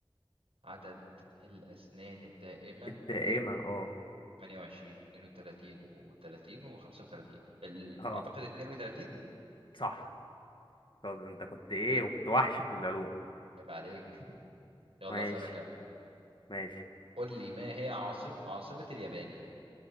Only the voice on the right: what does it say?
عدد الأسنان الدائمة
28 32 و30 و35 ال...
أعتقد 32
عيب عليك يلا
اسألك انا
قول لي ما هي عاصم عاصمة اليابان